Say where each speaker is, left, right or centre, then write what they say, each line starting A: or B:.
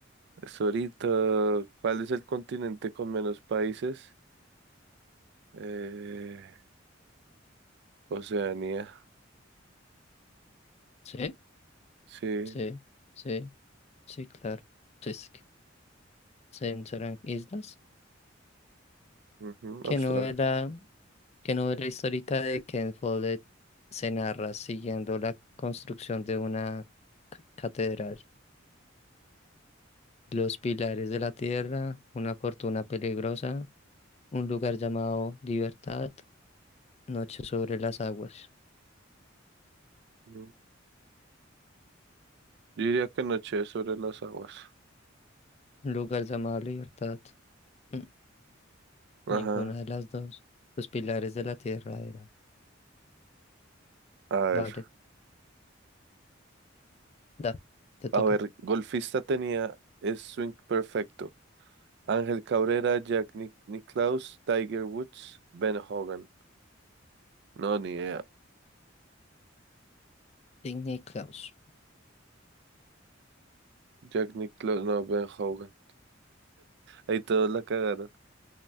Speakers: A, on the right; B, on the left.
A: Es ahorita. ¿Cuál es el continente con menos países? Eh, Oceanía.
B: Sí,
A: Sí.
B: sí, sí, sí, claro. Pues que se- serán islas.
A: ujú,
B: ¿Qué
A: Australia.
B: novela, qué novela histórica de Ken Follett se narra siguiendo la construcción de una c- catedral? Los pilares de la tierra, una fortuna peligrosa, un lugar llamado Libertad, Noche sobre las aguas.
A: Mm. Yo diría que noche sobre las aguas.
B: Un lugar llamado Libertad. Mm,
A: Ajá.
B: Ninguna de las dos. Los pilares de la tierra era.
A: A ver.
B: Vale, da, te toca.
A: A ver, golfista tenía es swing perfecto. Ángel Cabrera, Jack Nic- Nicklaus, Tiger Woods, Ben Hogan. No, ni idea.
B: Sidney Klaus,
A: Jack Nicklaus, no, Ben Hogan. Ahí todos la cagaron.